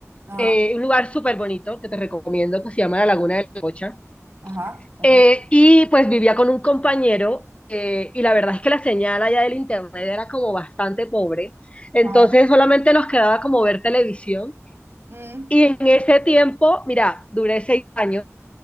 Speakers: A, on the right; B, on the left.
A: Ajá,
B: eh, un lugar súper bonito que te recomiendo que se llama La Laguna de la Cocha.
A: ajá, ok.
B: Eh, y pues vivía con un compañero eh, y la verdad es que la señal allá del internet era como bastante pobre, entonces
A: Ajá.
B: solamente nos quedaba como ver televisión.
A: Mm,
B: Y en ese tiempo, mira, duré seis años